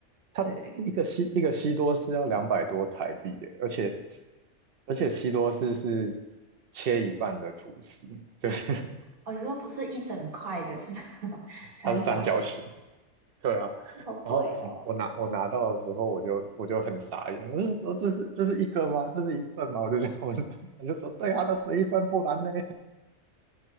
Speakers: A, on the right (about 50°); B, on the right (about 85°).
A: 它一个西一个西多士要两百多台币耶，
B: 对，
A: 而且而且西多士是切一半的吐司，就是 <laughs>
B: 哦，你说不是一整块的，是那种 <laughs> 三角形，
A: 它是三角形，对啊。
B: 好贵哦。
A: 然后我拿我拿到的时候，我就我就很傻眼，我就说这是这是一个吗？这是一份吗？我就这样问他，我就说对啊，它是一份，不然呢？